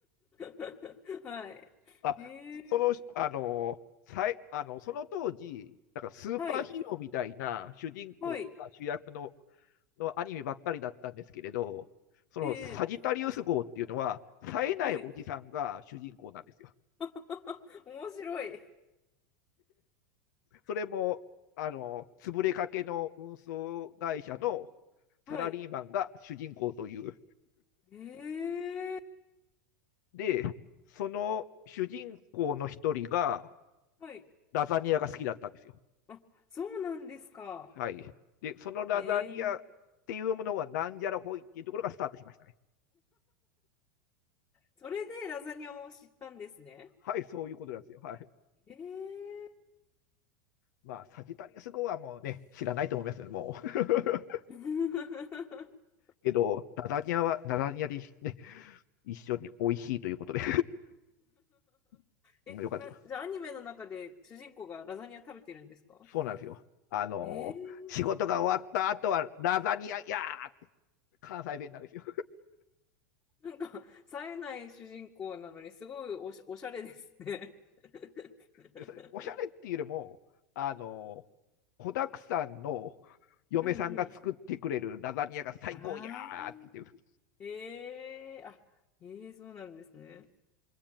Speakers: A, on the left (about 25°); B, on the left (about 70°).
A: <laughs> はい。
B: あ、
A: へえ。
B: その、あのさい、あの、その当時、なんかスーパーヒーローみたいな主人公が主役の、
A: はい。はい。
B: のアニメばっかりだったんですけれど、そのサジタリウス号っていうのは、
A: ええ。
B: 冴えないおじさんが主人公なんですよ。
A: はい。<laughs> 面白い。
B: それも、あの、潰れかけの運送会社のサラリーマンが主人公という。
A: はい。へえ。
B: で、その主人公の一人が、
A: はい。
B: ラザニアが好きだったんですよ。
A: あ、そうなんですか。
B: はい。で、そのラザニアっていうものがなんじゃらほいっていうところがスタートしましたね。
A: ええそれでラザニアを知ったんですね。
B: はい、そういうことなんですよ。はい。
A: ええ
B: まあ、サジタリアス号はもうね、知らないと思いますよね、もう。
A: <laughs>
B: <laughs> けど、ラザニアは、ラザニアでね、一緒に美味しいということで。<laughs>
A: え、
B: よかったよ。
A: な、じゃあアニメの中で主人公がラザニア食べてるんですか
B: そうなんですよ。あのー仕事が終わった後はラザニアやーって
A: ええ
B: 関西弁なんですよ。
A: なんか、冴えない主人公なのにすごいおし、おしゃれですね。<laughs>
B: でそれおしゃれっていうよりも、あの、子だくさんの嫁さんが作ってくれるラザニアが最高やーって言ってる
A: うんうん。ああ、ええあ、ええそうなんですね。